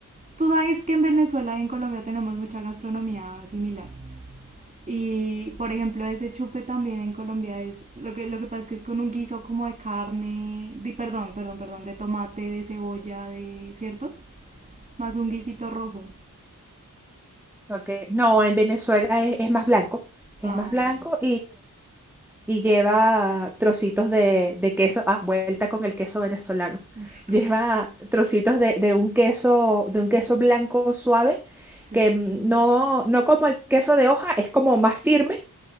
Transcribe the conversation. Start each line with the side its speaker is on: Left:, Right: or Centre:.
Right: tú sabes que en Venezuela y en Colombia tenemos mucha gastronomía similar. Y por ejemplo, ese chupe también en Colombia es. Lo que, lo que pasa es que es con un guiso como de carne. De, perdón, perdón, perdón. De tomate, de cebolla, de. ¿Cierto? Más un guisito rojo.
Centre: ok, No, en Venezuela es, es más blanco, es
Right: Ah,
Centre: más blanco
Right: ya.
Centre: y lleva trocitos de, de queso, ah, vuelta con el queso venezolano.
Right: Uf, qué
Centre: Lleva
Right: rico.
Centre: trocitos de, de un queso, de un queso blanco suave,
Right: Sí,
Centre: que mm, no, no como el queso de hoja, es como más firme,